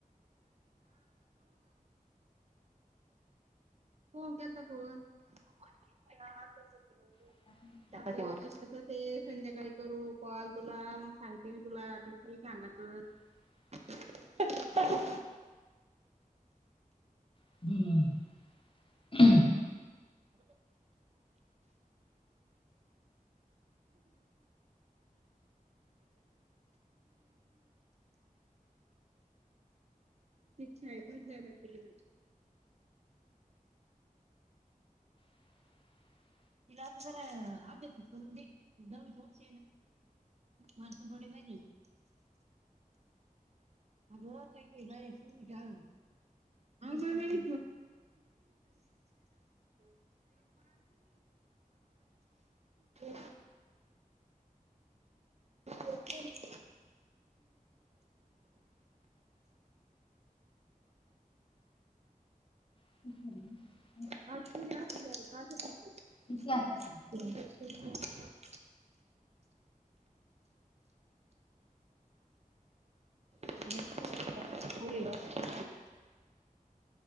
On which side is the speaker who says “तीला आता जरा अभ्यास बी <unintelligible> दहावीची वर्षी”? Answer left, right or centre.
Right